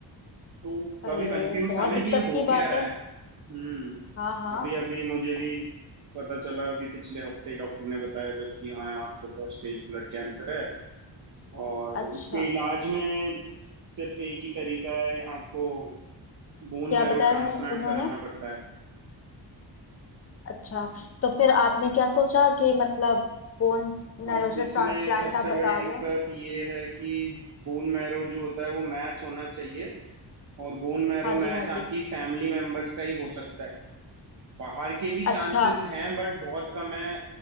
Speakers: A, on the right; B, on the left.
A: तो कभी
B: अरे
A: कंफ्यूज
B: बहुत
A: था मैं
B: दिक्कत
A: कि ये हो
B: की बात
A: क्या रहा
B: है
A: है हम्म
B: हाँ हाँ
A: अभी अभी मुझे भी पता चला अभी पिछले हफ्ते ही डॉक्टर ने बताया जबकि हाँ आपको फर्स्ट स्टेज ब्लड कैंसर है और
B: अच्छा
A: इसके इलाज में सिर्फ एक ही तरीका है आपको बोन
B: क्या
A: मैरो
B: बताया
A: ट्रांसप्लांट
B: उन्होंने
A: कराना पड़ता है
B: अच्छा तो फिर आपने क्या सोचा कि मतलब बोन नैरो
A: अब
B: से
A: इसमें
B: ट्रांसप्लांट
A: सबसे
B: आप बता
A: बड़ी दिक्कत
B: रहे हो
A: ये है कि बोन मैरो जो होता है वो मैच होना चाहिए और बोन मैरो
B: हाँ जी
A: मैच
B: हाँ जी
A: आपकी फैमिली मेंबर्स का ही हो सकता है बाहर के भी
B: अच्छा
A: चांसेस हैं बट बहुत कम है